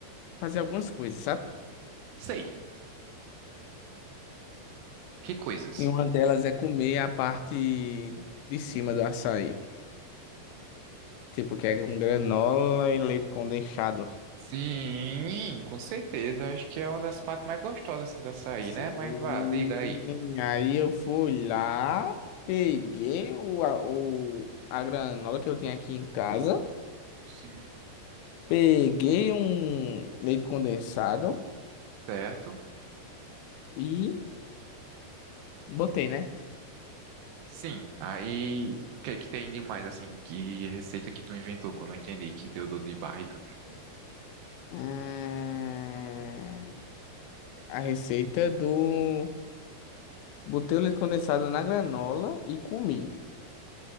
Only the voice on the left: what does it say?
fazer algumas coisas, sabe?
E uma delas é comer a parte de cima do açaí. Tipo, que é um granola e leite condensado.
Sim.
Aí eu fui lá, peguei o, a, o- a granola que eu tinha aqui em casa,
peguei um leite condensado
e botei, né?
Hum, A receita do. Botei o leite condensado na granola e comi.